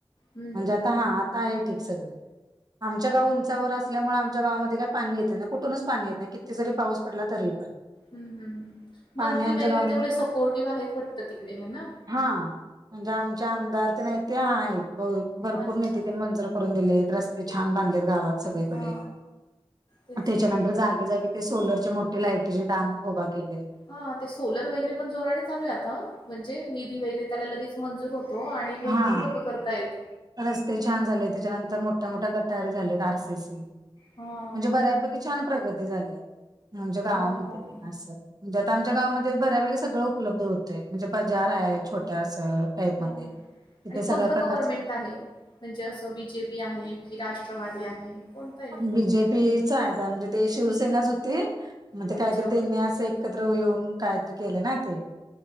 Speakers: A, on the left (about 50°); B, on the right (about 45°).
A: हम्
B: म्हणजे
A: हम्
B: आता
A: हम्
B: हा आता हे ठीक सगळं आमच्या गाव उंचावर असल्यामुळे आमच्या गावामध्ये काही पाणी येत नाही. कुठूनच पाणी येत नाही. किती जरी पाऊस पडला. तरी पण
A: ह् हम्
B: पाणी
A: मंत्री
B: आमच्या
A: वगैरे
B: गावामध्ये
A: तेवढे सपोर्टिव्ह आहेत. वाटतं! तिकडे हे ना
B: हा म्हणजे आमचे आमदार ते नाही. ते आहेत भरपूर
A: अच्छा
B: निधी ते मंजूर करून दिले रस्ते छान बधलेत. गावात सगळी
A: हा
B: कडे
A: तेच
B: त्याच्यानंतर
A: ना.
B: जागेजागी ते सोलर मोठे लायटीचे डाॅम उभा केलेत.
A: हा ते सोलर वगैरे पण जोराने चालू आहे. आता म्हणजे निधी वगैरे त्याला लगेच मंजूर होतो. आणि
B: हा
A: भरपूर लोक करतायत.
B: रस्ते छान झाले. त्याच्यानंतर मोठ्या मोठ्या गटारी झालेत. आर सी सी
A: हा
B: म्हणजे बऱ्यापैकी छान प्रगती झाली. म्हणजे गावामध्ये
A: हो हो हो.
B: असं! म्हणजे आता आमच्या गावामध्ये बऱ्यापैकी सगळं उपलब्ध होतय. म्हणजे बजार आहे. छोट्या असं! टाईप
A: हां
B: मध्ये. तिथे
A: आणि
B: सगळ्या
A: कोणत
B: प्रकारच
A: गव्हर्नमेंट आहे. म्हणजे असं बी जे पी आहे. की राष्ट्रवादी आहे. कोणतं आहे?
B: बी जे पीच आहे म्हणजे ते शिवसेनाच होती. म्हणजे
A: अच्छा
B: काहीतरी त्यांनी अस! एकत्र येऊन काहीतरी केले. ना ते